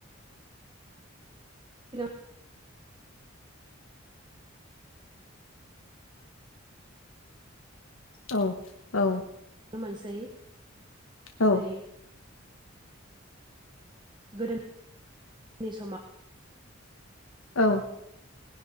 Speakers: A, on the right; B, on the left.
A: <unintelligible>
B: औ औ
A: नुनो मोनसै
B: औ
A: जेरै गोदोनि सम
B: औ